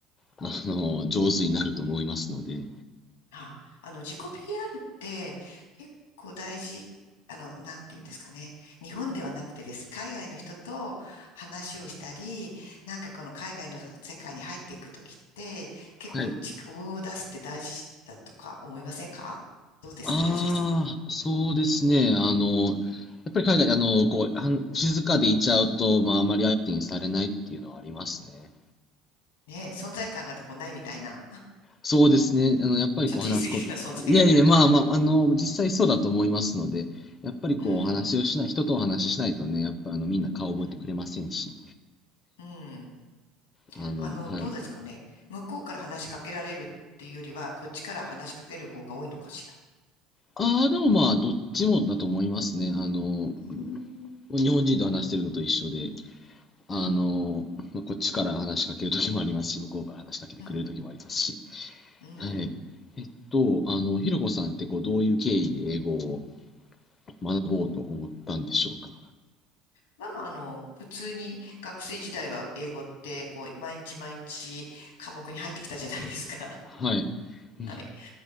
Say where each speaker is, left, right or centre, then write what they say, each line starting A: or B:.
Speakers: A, on the left (about 35°); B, on the left (about 80°).
A: あの、上手になると思いますので。
B: あ、あの、自己 PR って結構大事、あの、なんていうんですかね。日本ではなくてです。海外の人と話をしたり、なんかこの海外の世界に入っていくときって、結構自己分を出すって大事だとか思いませんかどうですか、
A: はい。ああ、
B: りょうすけさ
A: そうですね。あの、やっぱり海外、あの、こう、はん静かでいちゃうと、まあ、あまり相手にされないっていうのはありますね。
B: ん。ねえ、存在感がこうないみたいな。
A: そうですね。あの、
B: <laughs>
A: やっぱりこう話すこと。
B: ちょっと言い過ぎかな、存在感ないとか言った
A: いやいや、まあまあ、あの、実際そうだと思いますので、やっぱりこう、
B: うん、
A: お話をしない、人とお話ししないとね、やっぱあの、みんな顔覚えてくれませんし。
B: うん、うん。
A: あの、
B: あの、
A: はい。
B: どうですかね。向こうから話しかけられるっていうよりは、こっちから話しかける方が多いのかしら。
A: ああ、でもまあ、どっちもだと思いますね。あの、
B: うーん、
A: 日本人と話してるのと一緒で、あの、
B: うん、
A: まあこっちから話しかけるときもありますし、向こうから話しかけてくれるときもありますし。
B: うん、うん。
A: はい。えっと、あの、ひろこさんってこう、どういう経緯で英語を学ぼうと思ったんでしょうか。
B: まあまあ、あの、普通に学生時代は英語って、こう、毎日毎日科目に入ってきたじゃないですか。
A: はい。
B: <laughs>
A: うん
B: はい。